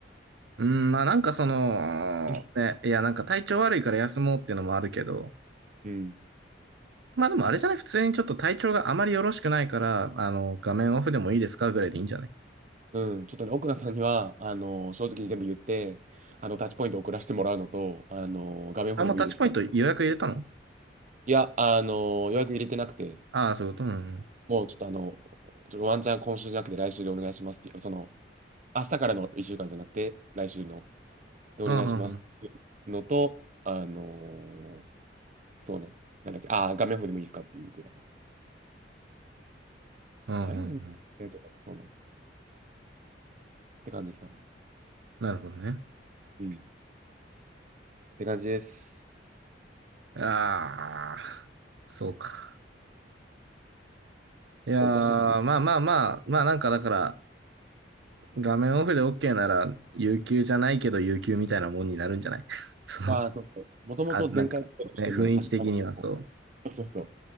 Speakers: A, on the right; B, on the right.
A: うん、まあなんかその、
B: うん
A: ね、いやなんか体調悪いから休もうっていうのもあるけど、
B: うん。
A: まあでもあれじゃない、普通にちょっと体調があまりよろしくないから、あの、画面オフでもいいですかぐらいでいいんじゃない
B: うん、ちょっとね、奥野さんには、あの、正直に全部言って、あの、タッチポイント送らせてもらうのと、あの、画面オフでもいいですか
A: あ、もうタッチポイント予約入れたの
B: いや、あの、予約入れてなくて、
A: ああ、そういうことうん。
B: もうちょっとあの、ちょっとワンチャン今週じゃなくて来週でお願いしますっていう、その、明日からの1週間じゃなくて、来週のでお願いしますっていうのと、
A: うん、うん、うん。
B: あのーそうね、なんだっけ、ああ、画面オフでもいいですかっていうぐらいか
A: うん、うん、
B: な。画面オフでもいいけど、
A: うんうん
B: そうね、って感じですかね。
A: なるほどね。
B: うん。って感じです。
A: ああ、そうか。いやー、
B: おかしい。
A: まあまあまあ、まあなんかだから、画面オフで OK なら、有給じゃないけど有給みたいなもんになるんじゃない <laughs> そう。
B: ああ、そうそう。もともと前回だったとしても、
A: あ、なんか、ね、雰囲気的にはそう。
B: 明日、そうそうそう。